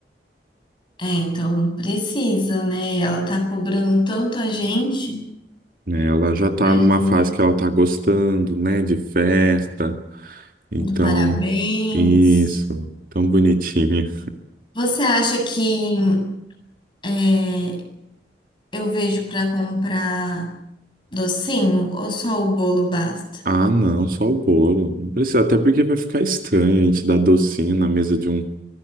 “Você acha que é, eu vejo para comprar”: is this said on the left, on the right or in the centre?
Left